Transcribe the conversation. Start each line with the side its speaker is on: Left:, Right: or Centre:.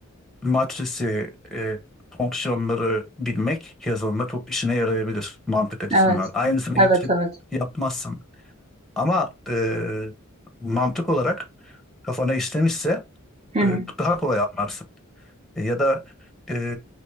Centre: matrisi, e, fonksiyonları bilmek yazılımda çok işine yarayabilir mantık açısından.
Right: Evet.
Centre: Aynısını getirip
Right: Evet, evet.
Centre: yapmazsın. Ama e, mantık olarak kafana işlemişse
Right: Hı hı.
Centre: e, daha kolay anlarsın. E, ya da e,